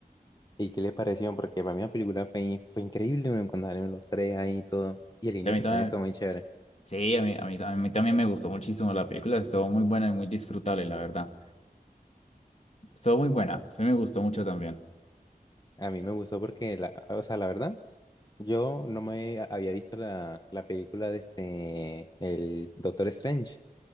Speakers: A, on the left; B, on the left.
A: ¿Y qué le pareció? Porque para mí la película fue, fue increíble weón, cuando salieron los tres ahí y todo. Y el inicio
B: Y a mí también,
A: también estuvo muy chévere.
B: sí, a mí, a mí, a mí también me gustó muchísimo la película. Estuvo muy buena y muy disfrutable, la verdad. Estuvo muy buena, sí me gustó mucho también.
A: A mí me gustó porque, la, o sea, la verdad, yo no me había visto la, la película de este, el Doctor Strange.